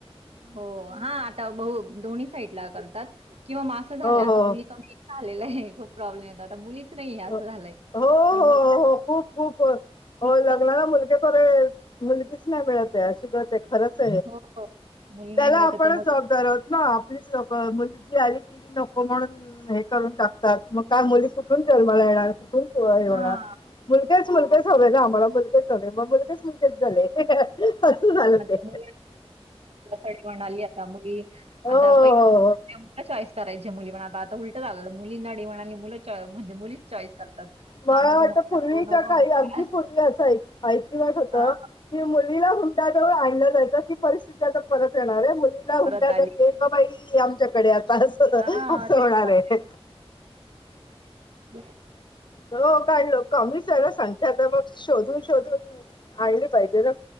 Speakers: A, on the right; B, on the left.
A: हो हा आता ब दोन्ही साईडला करतात किंवा मासं झालं
B: हो
A: आता
B: हो
A: मुली कमी झालेला आहे खूप प्रॉब्लेम येत आता मुलीच नाही अस
B: हो
A: झालंय
B: हो
A: तर
B: हो
A: मग
B: खूप खूप हो लग्नाला
A: का
B: मुलगे मुलगीच नाही मिळत अशी करते खच
A: हो, हो. मुली
B: त्याला
A: नाही मिळत
B: आपणच
A: आता मग
B: जबाबदार आहत ना आपलीच नक मुलगी आली किली नको म्हणून हे करून टाकतात मग काय मुली कुठून जलवाला येणार तु येवणार
A: हां.
B: मुलग्याच मुलग्याच हवे ना मला मुलगाच झालेय मला मुलगेच मुलगेच झाले असं झालं
A: म
B: ते
A: मु मुलींवण आली आता मुली
B: हो
A: आता
B: हो
A: पहि चॉईस करायचे मुली म्हणा आतालटं झा आलं मुलींनाडी म्हणाली मु म्हणजे मुलीच चॉईस करतात.
B: मला
A: हा नको
B: वाटत
A: म्हणतात,
B: पूर्वीच्या
A: तू नको
B: काही
A: म्हणतात
B: अगदी पूर्वी असं ऐकिवच होत
A: हां,
B: मुलीला हुंटाजवळ आणलं जायचं परिस्थिती परत येणार आहे मुलीला हुंड्यारी
A: परत आली.
B: बाबा आमच्याकडे आता असं
A: हां, तेच
B: होणार
A: झालंय.
B: आहे
A: ब
B: हो काढलं काम दिसायला सांग ता मग शोधून शोधून आणले पाहिजे ना